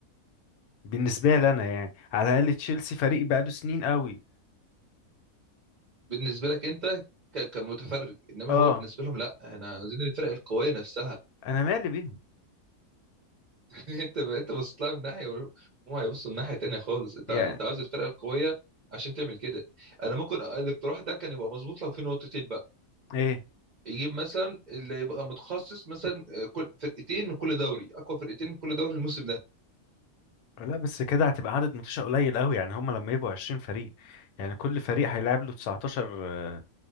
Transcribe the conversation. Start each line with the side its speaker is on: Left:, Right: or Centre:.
Left: بالنسبه لي انا يعني على الاقل تشيلسي فريق بقاله سنين قوي
Right: بالنسبه لك انت ك- كمتفرج انما
Left: اه
Right: هو بالنسبه لهم لا احنا عايزين الفرق القويه نفسها
Left: انا مالي بيهم
Right: <laughs> انت انت بصيت لها من ناحيه وهم هيبصوا من ناحيه تانية خالص انت
Left: يعني
Right: انت عايز الفرق القويه عشان تعمل كده انا ممكن الاقتراح ده كان يبقى مظبوط لو في نقطتين بقى
Left: ايه
Right: يجيب مثلا اللي يبقى متخصص مثلا آه، كل فرقتين من كل دوري اقوى فرقتين من كل دوري الموسم ده
Left: لا بس كده هتبقى عدد ماتشات قليل قوي يعني هما لما يبقوا 20 فريق يعني كل فريق هيلعب له 19 آه،